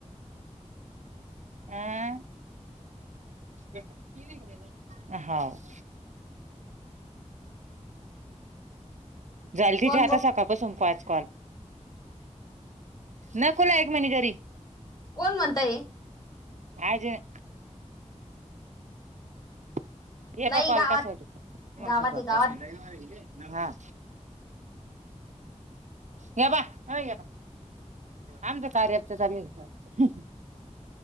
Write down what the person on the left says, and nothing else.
कोण
ब
कोण म्हणता हे
नाही
गावात
गावात
आहे
गावात